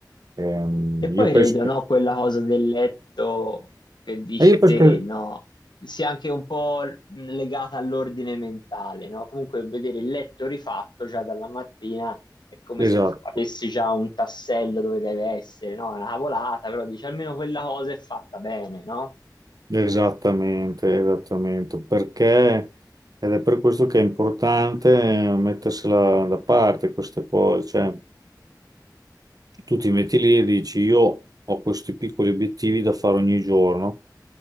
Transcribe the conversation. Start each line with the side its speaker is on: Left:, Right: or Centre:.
Right: Ehm,
Left: E poi
Right: io penso
Left: credo,
Right: che...
Left: no, quella cosa del letto che dici
Right: eh, io penso
Left: te,
Right: che-
Left: no, sia anche un po' l- legata all'ordine mentale, no? Comunque vedere il letto rifatto già dalla mattina è come
Right: Esatto,
Left: se f- avessi già un tassello dove deve essere, no? È una cavolata, però dici almeno quella cosa è fatta bene, no?
Right: esattamente, esattamente, perché... Ed è per questo che è importante eh, mettersela da parte queste cose, cioè tu ti metti lì e dici io ho questi piccoli obiettivi da fare ogni giorno,